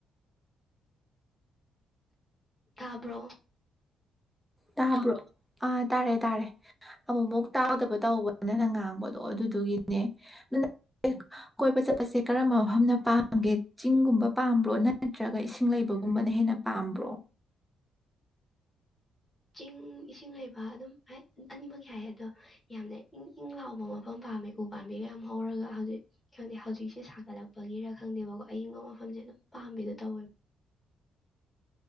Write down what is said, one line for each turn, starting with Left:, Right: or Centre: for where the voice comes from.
Left: ꯊꯥꯕ꯭ꯔꯣ
Centre: ꯇꯥꯕ꯭ꯔꯣ ꯑꯥ ꯇꯥꯔꯦ ꯇꯥꯔꯦ ꯑꯃꯨꯃꯨꯛ ꯇꯥꯎꯗꯕ ꯇꯧꯕ ꯅꯡꯟ ꯉꯥꯡꯕꯗꯣ ꯑꯗꯨꯗꯨꯒꯤꯅꯦ ꯑ <unintelligible> ꯀꯣꯏꯕ ꯆꯠꯄꯁꯦ ꯀꯔꯝꯕ ꯃꯐꯝꯅ ꯄꯥꯝꯒꯦ ꯆꯤꯡꯒꯨꯝꯕ ꯄꯥꯝꯕ꯭ꯔꯣ ꯅꯠꯇ꯭ꯔꯒ ꯏꯁꯤꯡ ꯂꯩꯕꯒꯨꯝꯕꯅ ꯍꯦꯟꯅ ꯄꯥꯝꯕ꯭ꯔꯣ
Left: ꯆꯤꯡ ꯏꯁꯤꯡ ꯂꯩꯕ ꯑꯗꯨꯝ ꯑꯅꯤꯃꯛ ꯍꯥꯏꯏꯌꯦ ꯑꯗꯣ ꯌꯥꯝꯅ ꯏꯪ ꯏꯪ ꯂꯥꯎꯕ ꯃꯐꯝ ꯄꯥꯝꯃꯦ ꯎ ꯄꯥꯝꯕꯤꯒ ꯌꯥꯝ ꯍꯧꯔꯒ ꯍꯧꯖꯤꯛ ꯈꯪꯗꯦ ꯍꯧꯖꯤꯛꯁꯦ ꯁꯥꯒꯠꯂꯛꯄꯒꯤꯔ ꯈꯪꯗꯦꯕꯀꯣ ꯑꯏꯪꯕ ꯃꯐꯝꯁꯦ ꯑꯗꯨꯝ ꯄꯥꯝꯕꯤꯗꯣ ꯇꯧꯋꯦꯕ